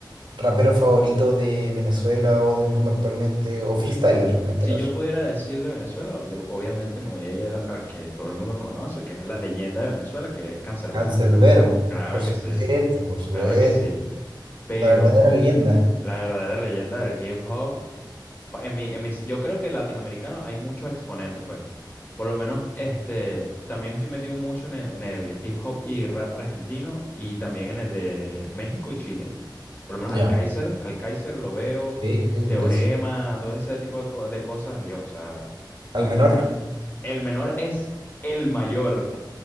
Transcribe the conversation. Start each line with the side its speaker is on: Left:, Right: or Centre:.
Right: rapero favorito de Venezuela o del mundo actualmente? O freestyler en este
Left: Si
Right: caso.
Left: yo pudiera decir de Venezuela, yo obviamente me voy a ir al al que todo el mundo conoce, que es la leyenda de Venezuela, que es Canserbero.
Right: Cancerbero,
Left: Claro
Right: por
Left: que
Right: supuesto,
Left: sí,
Right: por supuesto.
Left: claro que sí. Pero
Right: La verdadera leyenda.
Left: la verdadera leyenda del hip hop, pa- en mi, en mis- yo creo que latinoamericano hay muchos exponentes, pues. Por lo menos, este, también estoy metido mucho en el, en el hip hop y rap argentino y también en el de México y Chile. Por lo menos al
Right: Ya.
Left: Kaiser, al Kaiser lo veo,
Right: Sí, sí, el
Left: Teorema,
Right: Kaiser.
Left: todo ese tipo de, co- de cosas, Dios, o sea,
Right: ¿Al menor?
Left: el menor es el mayor.